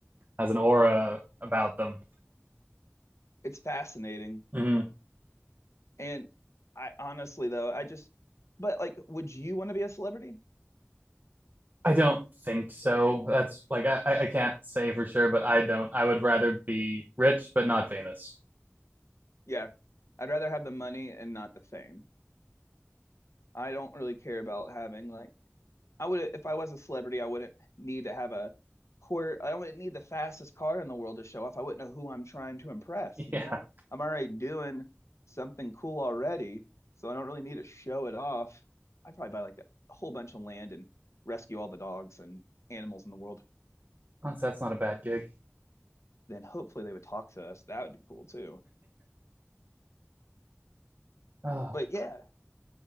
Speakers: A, on the right; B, on the left.
A: as an aura about them.
B: it's fascinating.
A: hmm
B: And I honestly though, I just, but like, would you want to be a celebrity?
A: I don't think so. That's like I, I can't say for sure, but I don't. I would rather be rich but not famous.
B: Yeah, I'd rather have the money and not the fame. I don't really care about having like I would if I was a celebrity, I wouldn't need to have a court. I wouldn't need the fastest car in the world to show off. I wouldn't know who I'm trying to impress,
A: <laughs>
B: you
A: Yeah,
B: know? I'm already doing something cool already, so I don't really need to show it off. I'd probably buy like a, a whole bunch of land and rescue all the dogs and animals in the world.
A: Oh, that's, not a bad gig.
B: Then hopefully they would talk to us. That would be cool too.
A: Oh,
B: But yeah,